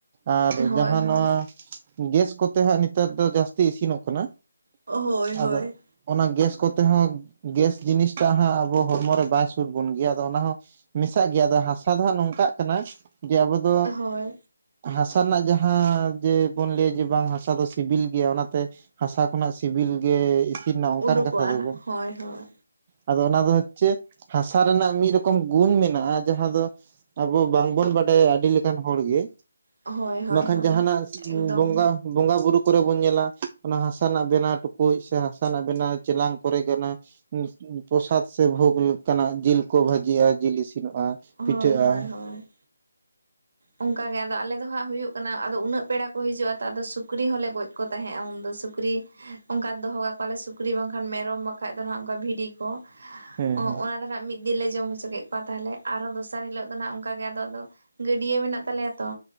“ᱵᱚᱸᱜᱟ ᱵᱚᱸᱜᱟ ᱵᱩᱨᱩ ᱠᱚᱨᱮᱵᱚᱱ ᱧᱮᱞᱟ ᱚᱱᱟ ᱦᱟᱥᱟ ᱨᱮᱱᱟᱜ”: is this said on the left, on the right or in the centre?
Right